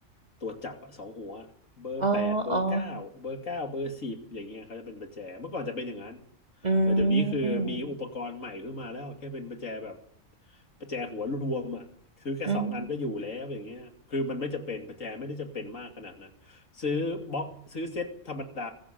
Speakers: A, on the left; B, on the right.
A: ตัวจับอะสองหัวเบอร์แปดเบอร์เก้าเบอร์เก้าเบอร์สิบอย่างเงี้ยเขาจะเป็นประแจเมื่อก่อนจะเป็นอย่างนั้น
B: อ๋ออ๋ออื
A: แต่เดี๋ยวนี้คือมีอุปกรณ์ใหม่ขึ้นมาแล้วแค่เป็นประแจแบบ
B: ม
A: ประแจหัวรวมอ่ะคือแค่สองอันก็อยู่แล้วอย่างเงี้ยคือมันไม่จะเป็นประแจไม่ได้จะเป็นมากขนาดนั้นซื้อบล็อกซื้อเซ็ตธรรมดา
B: อืม